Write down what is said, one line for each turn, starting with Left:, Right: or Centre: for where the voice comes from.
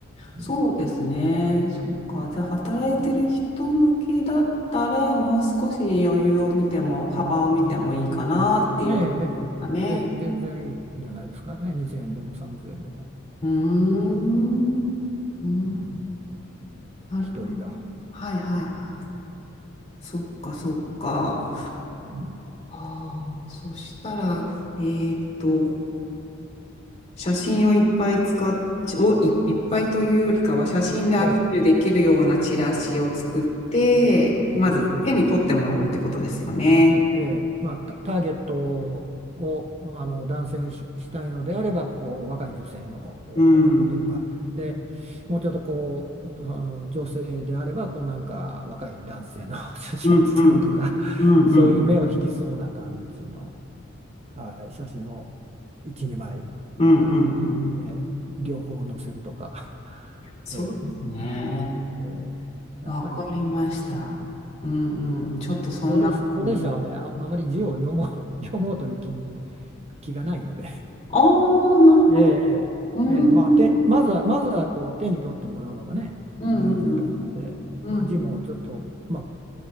Right: うん、
Left: そうですね。そっか。じゃあ、働いてる人向けだったら、もう少し余裕を見ても、幅を見てもいいかなっていう感じですかね。
Right: ええ、ええ、ぜ、全然いいんじゃないですかね。2000円でも3000円でも。
Left: うーん。うーん。
Right: うん、
Left: なるほど。
Right: 一人が。
Left: はいはいはい。
Right: うん、
Left: そっかそっか。
Right: うん、
Left: ああ、そしたら、えーっと、写真をいっぱい使っ、をい、いっぱいというよりかは、写真でアピールできるようなチラシを作って、
Right: ええ、
Left: まず手に取ってもらうってことですよね。
Right: そうそうそう。ええ、まあ、タ、ターゲットをあの男性にし、したいのであれば、こう、若い女性の、え、
Left: うん。
Right: 置くとか、で、
Left: うん
Right: もうちょっとこう、あの女性であれば、こう、なんか若い男性の <laughs> 写真を使うとか、
Left: うん。うんうんうん。
Right: そういう目を引きそうな感じの、はい、写真を1、2枚。
Left: うんうんうん。
Right: えー両方乗せるとか、<laughs>
Left: そうですね。
Right: えーえーやっぱり、
Left: わかりました。
Right: うん、
Left: うんうん。ちょっとそんなふうに。
Right: 高齢者、高齢者はね、あ、あまり字を読もう、<laughs> 読もうという気に、気がないので、<laughs>
Left: ああ、なるほど。
Right: えーえーまあ、
Left: うー
Right: 手まずは、
Left: ん。
Right: まずはこう手に取ってもらうのがね、
Left: うんうんうん。
Right: 大事だと思うんで、
Left: うん
Right: まあ、字もちょっと、まあ、